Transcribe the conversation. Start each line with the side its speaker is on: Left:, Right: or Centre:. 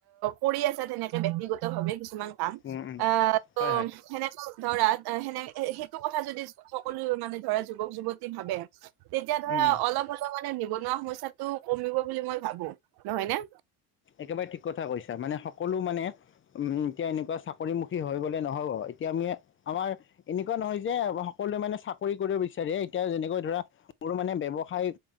Right: কৰি আছা তেনেকে ব্যক্তিগত ভাৱে কিছুমান কাম
Left: উম উম
Right: আহ' ত'
Left: হয় হয়
Right: সেনেকে ধৰা সেনে সেইটো কথা যদি সকলো মানে ধৰা যুৱক-যুৱতী ভাবে তেতিয়া ধৰা
Left: উম উম
Right: অলপ হ'লেও মানে নিবনুৱা সমস্যাটো কমিব বুলি মই ভাবোঁ। নহয় নে?
Left: একেবাৰে ঠিক কথা কৈছা, মানে সকলো মানে উম' এতিয়া এনেকুৱা চাকৰিমুখী হৈ গ'লে নহ'ব, এতিয়া আমি আমাৰ এনেকুৱা নহয় যে সকলোৱে মানে চাকৰি কৰিব বিচাৰে, এতিয়া যেনেকৈ ধৰা মোৰ মানে ব্যৱসায়িক